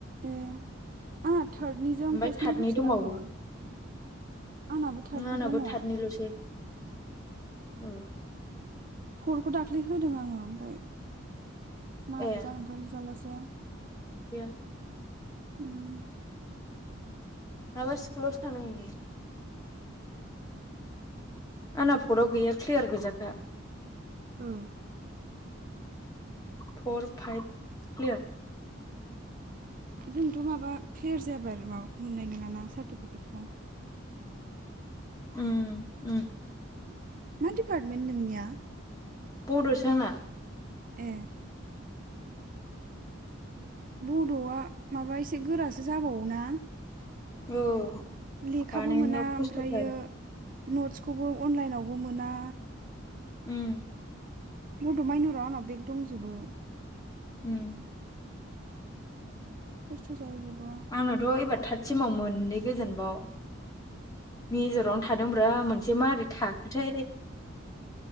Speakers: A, on the right; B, on the left.
A: ए आंहा थार्दनिजों
B: ओमफ्राय
A: फार्स्टनि
B: थार्दनि
A: होफिननांगौ
B: दंबावो
A: आंनाबो थारदनि
B: उम आंनाबो
A: दङ
B: <unintelligible> औ
A: फरखौ दाख्लै होदों आङो ओमफ्राय मोरै
B: ए
A: जागोनथाय रिजाल्टासो
B: गैया
A: उम
B: माबा स्कुल थांदों इयो आंना आफदआव गैया क्लियार गोजाखा
A: ओ
B: फर फाइभ क्लियार
A: जोंथ' माबा क्लियार जायाबा माबाखौ मोननाय नङाना सार्टिफिकेटखौ
B: उम
A: मा दिपार्टमेन्ट नोंनिया
B: बद सो आंना
A: ए बड'आ माबा एसे गोरासो जाबावोना
B: औ
A: लेखाबो
B: बानायनायाव
A: मोना ओमफ्रायो
B: खस्थ'थार
A: नट्सखौबो अनलाइनावबो मोना
B: उम
A: बद' मायनराव आंनाव बेग दंजोबो
B: उम
A: खस्थ' जायो बड'आ
B: आंनथ' एबार थतसिमाव मोननै गोजोनबाव मेजरावनो थां थादोंब्रा मोनसे माबोरै थाखोथाय